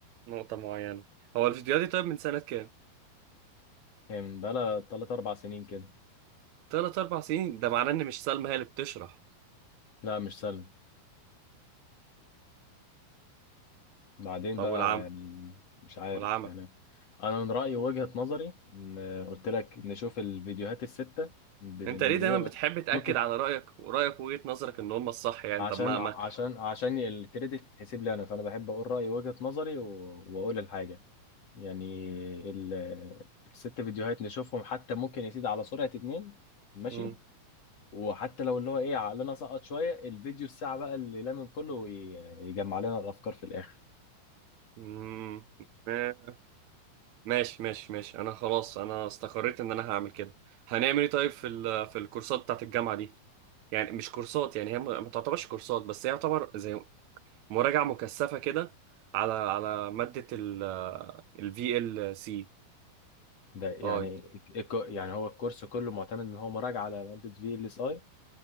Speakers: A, on the right; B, on the left.
A: نقطه معينه هو الفيديوهات دي طيب من سنه كام
B: هي من بقالها 3 4 سنين كده
A: ثلاث اربع سنين ده معناه ان مش سلمى هي اللي بتشرح
B: لا مش سهل بعدين
A: طب
B: بقى
A: والعم
B: يعني مش عارف
A: والعمى
B: يعني انا من رأيي وجهة نظري ان قلت لك نشوف الفيديوهات الستة من بدا-
A: انت
B: من
A: ليه دايما
B: بداية
A: بتحب تأكد
B: ممكن
A: على رأيك ورأيك وجهة نظرك ان هم الصح يعني
B: عشان
A: طب ما
B: عشان
A: ما
B: عشان الكريدت يتحسب لي انا فانا بحب اقول رأيي وجهة نظري و- واقول الحاجة يعني ال- الست فيديوهات نشوفهم حتى ممكن يا سيدي على سرعة اتنين ماشي
A: مم.
B: وحتى لو اللي هو ايه عقلنا سقط شوية الفيديو الساعة بقى اللي لمن كله وي- يجمع لنا الافكار في الاخر
A: مم. ما- ماشي ماشي ماشي انا خلاص انا استقريت ان انا هعمل كده هنعمل ايه طيب في ال... في الكورسات بتاعت الجامعة دي يعني مش كورسات يعني هي ما ما تعتبرش كورسات بس هي يعتبر زي مراجعة مكثفة كده على على مادة ال ال VLC
B: ده يعني
A: اه
B: الك- يعني هو الكورس كله معتمد ان هو مراجعة على مادة في ال اس اي